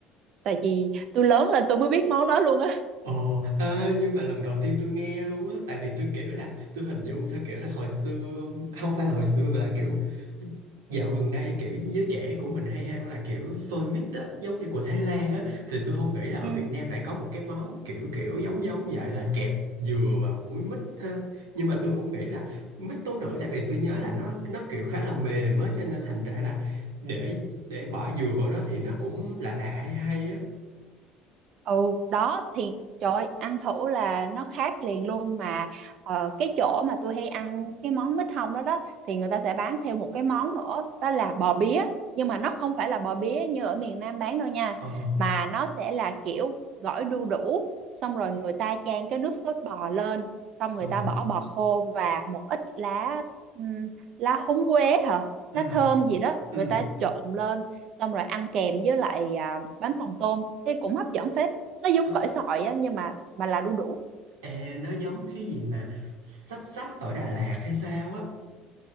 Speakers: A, on the right; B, on the right.
A: tại vì tôi lớn lên tôi mới biết món đó luôn á
B: Ờ, à, nhưng mà lần đầu tiên tôi nghe luôn á Tại vì tôi kiểu là Tôi hình dung theo kiểu là hồi xưa Không phải là hồi xưa mà là kiểu Dạo gần đây kiểu giới trẻ của mình hay ăn là kiểu xôi mít á Giống như của Thái Lan á
A: Ừ.
B: Thì tôi không nghĩ là ở
A: Ừ.
B: Việt Nam lại có một cái món kiểu kiểu giống giống vậy là kẹp dừa vào muối mít ha Nhưng mà tôi không nghĩ là mít tố nữ Tại vì tôi nhớ là nó nó kiểu khá là mềm á Cho nên thành ra là để để bỏ dừa vào đó thì nó cũng lạ lạ hay hay á
A: ừ đó thì trời ơi, ăn thử là nó khác liền luôn mà ờ, cái chỗ mà tôi hay ăn cái món mít hông đó đó thì người ta sẽ bán thêm một cái món nữa đó là bò bía nhưng mà nó không phải là bò bía như ở miền Nam bán đâu nha
B: Ờ,
A: mà nó sẽ là kiểu gỏi đu đủ xong rồi người ta chan cái nước sốt bò lên xong người
B: ờ,
A: ta bỏ bò khô và một ít lá ừm, lá húng quế hả
B: ừ
A: lá thơm gì đó
B: Ừ.
A: người ta trộn lên xong rồi ăn kèm với lại à, bánh phồng tôm thì cũng hấp dẫn phết nó giống
B: Ờ,
A: gỏi sỏi á nhưng mà mà là đu đủ
B: à, nó giống cái gì mà sắp sắp ở Đà Lạt hay sao á